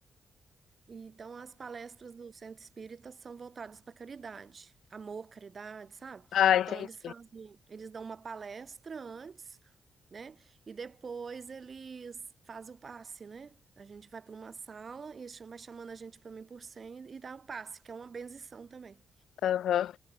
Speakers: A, on the right; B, on the left.
A: E, Então, as palestras do Centro Espírita são voltadas para caridade, amor, caridade, sabe?
B: Ah,
A: Então,
B: entendi.
A: eles fazem, eles dão uma palestra antes, né? E depois eles fazem o passe, né? A gente vai para uma sala e eles cham- vai chamando a gente para mim por 100 e dá o passe, que é uma benção também.
B: Aham.